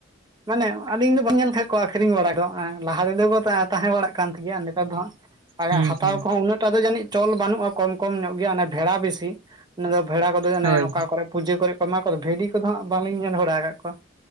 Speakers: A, on the right; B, on the right.
A: ᱢᱟᱱᱮ ᱟᱹᱞᱤᱧ ᱫᱚ ᱵᱟᱹᱧ ᱧᱮᱞ ᱠᱟᱜ ᱠᱚᱣᱟ ᱟᱠᱷᱨᱤᱧ ᱵᱟᱲᱟ ᱫᱚ᱾ ᱞᱟᱦᱟ ᱨᱮᱫᱚ ᱠᱚ ᱛᱟᱦᱮᱸ ᱛᱟᱦᱮᱸ ᱵᱟᱲᱟᱜ ᱠᱟᱱ ᱛᱟᱦᱮᱸ ᱜᱮᱭᱟ᱾ ᱱᱮᱛᱟᱨ ᱫᱚ ᱦᱟᱸᱜ ᱟᱨ
B: ᱦᱩᱸ
A: ᱦᱟᱛᱟᱣ
B: ᱦᱩᱸ
A: ᱠᱚᱦᱚᱸ ᱩᱱᱟᱹᱜ ᱴᱟᱜ ᱫᱚ ᱡᱟᱹᱱᱤᱡ ᱪᱚᱞ ᱵᱟᱹᱱᱩᱜᱼᱟ᱾ ᱠᱚᱢ ᱠᱚᱢ ᱧᱚᱜ ᱜᱮᱭᱟ ᱵᱷᱮᱲᱟ ᱵᱤᱥᱤ ᱫᱚ ᱵᱷᱮᱲᱟ ᱠᱚᱫᱚ ᱚᱱᱮ
B: ᱦᱳᱭ
A: ᱚᱠᱟ ᱠᱚᱨᱮ ᱯᱩᱡᱟᱹ ᱠᱚᱨᱮ ᱠᱚ ᱮᱢᱟ ᱠᱚᱫᱚ, ᱵᱷᱤᱰᱤ ᱠᱚᱫᱚ ᱦᱟᱸᱜ ᱵᱟᱝᱞᱤᱧ ᱧᱮᱞ ᱵᱟᱲᱟ ᱟᱠᱟᱫ ᱠᱚᱣᱟ᱾